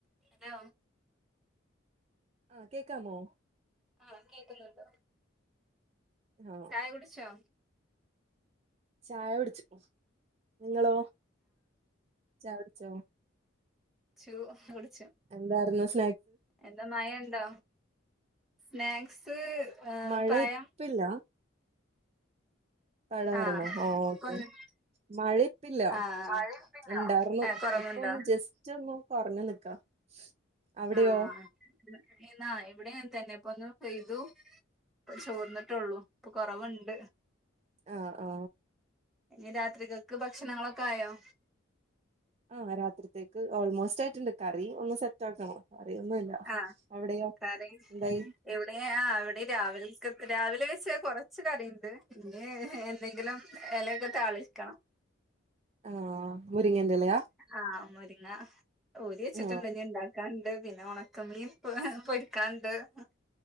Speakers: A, in the centre; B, on the right (about 30°).
A: Hello.
B: ആ കേക്കാമോ?
A: ആ കേക്കുന്നുണ്ട്
B: ആ
A: ചായ കുടിച്ചോ.
B: ചായ കുട് ച്ചുകുണു നിങ്ങളോ ചായ പിടിച്ചോ?
A: ച്ചു.
B: എന്തായിരുന്നു സ്
A: എന്താ മയ ഉണ്ടോ സ്നാക്സ്. ഏ,
B: മഴ
A: പഴം
B: ഇപ്പില്ല. പടായി
A: ആഹ്
B: <unintelligible> ആ ഓക്കേ
A: ഒന്ന്
B: മഴിപ്പില്ല.
A: ആഹ്
B: ഉണ്ടാർന്നു
A: ഏഹ് കൊറവുണ്ടോ
B: ഇപ്പൊ ഒന്ന് ജസ്റ്റ് ഒന്ന് കൊർഞ്ഞു ന്ന്ക്കാ. അവിടെയോ?
A: ആഹ് എന്നാ എവടേങ്ങൻതന്നെ ഇപ്പൊന്ന് പെയ്തു. ഇപ്പ ചോർന്ട്ടുള്ളൂ ഇപ്പൊ കുറവ്ണ്ട്.
B: ആ ആ
A: ഇനി രാത്രികക്ക് ഭക്ഷണങ്ങളൊക് കായോ.
B: ആ രാത്രിത്തേക്ക് ഓൾമോസ്റ്റ് ആയിട്ടുണ്ട് കറി ഒന്ന് സെറ്റാ ആക്കണം. കറിയൊന്നുമില്ല
A: ആ
B: അവിടെയോ
A: കറി
B: എന്തായി
A: ഇവിടെ ഇവിടെ രാവിൽ ക രാവിലെ വെച്ചാ കൊറച്ച് കറിുണ്ട് പിന്നെ എന്തെങ്കിലും ഇലയൊക്കെ താളിക്കണം.
B: ആ മുരിങ്ങന്റെ ഇലയാ
A: ആ മുരിങ്ങ ഊരി വെചിട്ട്ണ്ട്
B: ആ
A: ഞ്ഞി ഇണ്ടാക്കാ ണ്ട് പിന്നെ ഉണക്ക മീൻ പൊക്കാണ്ട് പണി